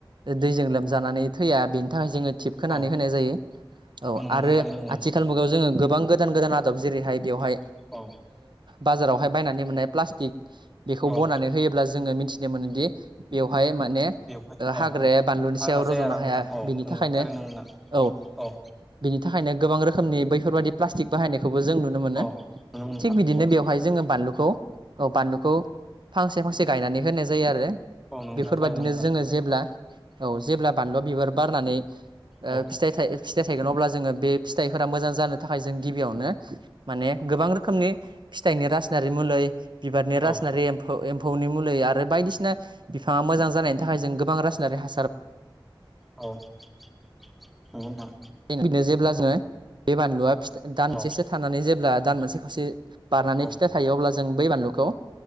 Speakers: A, on the right (about 60°); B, in the centre.
A: दैजों लोमजानानै थैया बेनि थाखाय जोङो टिप खोनानै
B: औ
A: होनाय जायो औ
B: नंगौ
A: आरो
B: थारैनो नंगौ
A: आथिखाल मुगायाव जोङो गो बां गोदान-गोदान आदब जेरैहाय बेवहाय
B: नोंथां औ
A: बाजारावहाय बायनानै मोननाय प्लास्टिक बेखौ
B: औ
A: बनानै होयोब्ला जोङो मिथिनो मोनोदि बेवहाय मान ने
B: बेवहाय
A: ओ
B: औ
A: हाग्राया बानलुनि
B: हाग्रा
A: सायाव
B: जाया
A: रज'नो
B: आरो नोंथां
A: हाया।
B: औ
A: बिनि
B: नंगौ
A: थाखायनो
B: थारैनो नंगौ नोंथां
A: औ
B: औ।
A: बिनि थाखायनो गोबां रोखोमनि बैफोरबायदि प्लास्टिक बाहायनाय खौबो जों नुनो मोनो।
B: औ नंगौ नोंथां
A: थिग बिदिनो
B: औ
A: बेवहाय जोङो बानलुखौ औ बानलुखौ फांसे फांसे गायनानै होनाय जायो आरो।
B: औ नंगौ नोंथां
A: बेफोरबादिनो
B: थारैनो नंगौ
A: जोङो जेब्ला औ जेब्ला बानलुआ बिबार बारनानै ओ
B: औ
A: फिथाइ फिथाइ थायगोन, अब्ला जोङो बे फिथाइफोरा मोजां जानो थाखाय जों गिबियावनो माने गोबां रोखोमनि फिथाइनि रासनारि मुलै बिबारनि रासनारि
B: औ
A: एम्फौ एम एम्फौनि मुलि आरो बायदिसिना बिफाङा मोजां जानायनि थाखाय जों गोबां रासायनारि हासार
B: औ नंगौ नोंथां।
A: <unintelligible> जेब्ला जोङो बे बानलुआि फि दानसेसो
B: औ
A: थानानै जेब्ला दान मोनसे खावसे बारनानै
B: औ
A: फिथाइ थायो, अब्ला जों बै बानलुखौ